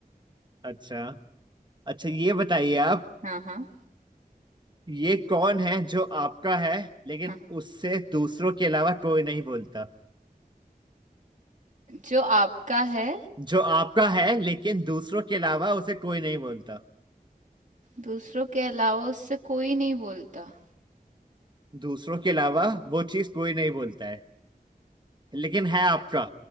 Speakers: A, on the right (about 30°); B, on the right (about 50°).
A: अच्छा अच्छा ये बताइए आप
B: हाँ हाँ
A: ये कौन है जो आपका है लेकिन
B: हाँ
A: उससे दूसरों के अलावा कोई नहीं बोलता
B: जो आपका है
A: जो आपका है लेकिन दूसरों के अलावा उसे कोई नहीं बोलता
B: दूसरों के अलावा उससे कोई नहीं बोलता
A: दूसरों के अलावा वो चीज कोई नहीं बोलता है लेकिन है आपका